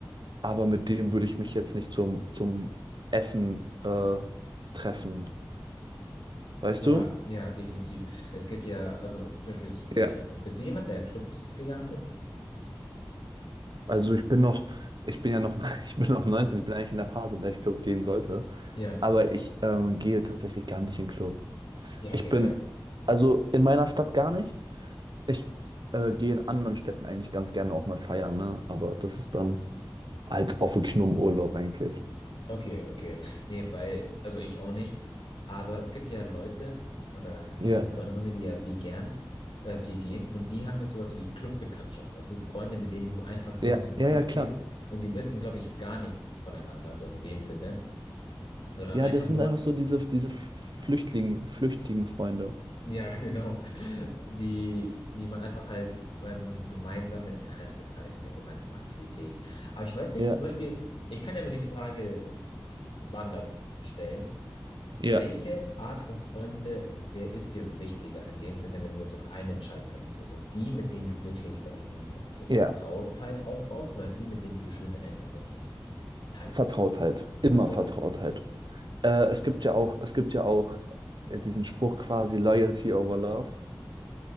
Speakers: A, on the right; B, on the left.
A: aber mit dem würde ich mich jetzt nicht zum, zum Essen äh, treffen. Weißt
B: Ja,
A: du?
B: ja, definitiv. Es gibt ja, also zum Beispiel, ist, vielleicht
A: Ja.
B: weiß nicht, bist du jemand, der Clubs gegangen ist?
A: Also ich bin noch, ich bin ja noch, <laughs> ich bin noch 19. ich bin eigentlich in der Phase, in der ich Club gehen sollte.
B: Ja,
A: Aber ich ähm, gehe tatsächlich gar nicht in Club.
B: ja,
A: Ich
B: okay,
A: bin,
B: weil,
A: also in meiner Stadt gar nicht. Ich äh, gehe in anderen Städten eigentlich ganz gerne auch mal feiern, ne? Aber das ist dann halt auch wirklich nur im Urlaub eigentlich.
B: okay, okay. Nee, weil, also ich auch nicht. Aber es gibt ja Leute, oder ich
A: Ja,
B: kenne Freunde von mir, die ja viel gern, äh, viel gehen, und die haben ja sowas wie Clubbekanntschaften, weißt du, Freunde, mit denen du einfach nur
A: ja,
B: zum Club
A: ja, ja, klar.
B: gehst und die wissen, glaube ich, gar nichts voneinander, so in dem Sinne, sondern
A: Ja,
B: einfach
A: das sind
B: nur,
A: einfach so diese, diese Flüchtling, flüchtigen Freunde.
B: Ja, <laughs> genau. Die, die man einfach halt, weil man gemeinsame Interesse teilt, eine gemeinsame Aktivität. Aber ich weiß nicht,
A: Ja.
B: zum Beispiel, ich kann ja mir die Frage anders stellen.
A: Ja,
B: Welche Art von Freunde, wer ist dir wichtiger in dem Sinne, wenn du jetzt nur noch einen entscheiden könntest? Also die, mit denen du wirklich, sag ich mal, so Vertrautheit
A: Ja,
B: aufbaust oder die, mit denen du schöne Erinnerungen teilst?
A: Vertrautheit. Immer
B: Vertrautheit?
A: Vertrautheit. Äh, es gibt ja auch, es gibt ja auch äh, diesen Spruch quasi Loyalty over Love.